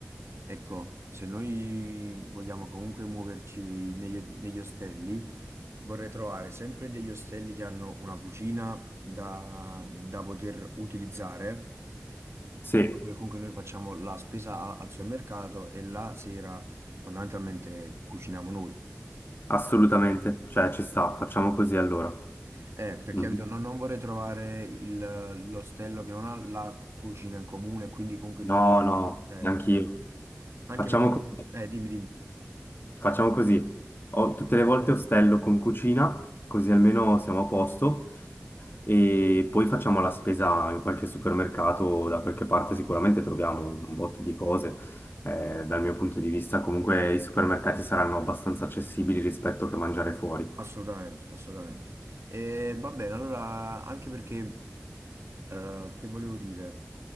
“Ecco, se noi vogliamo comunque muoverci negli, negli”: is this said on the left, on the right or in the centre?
Right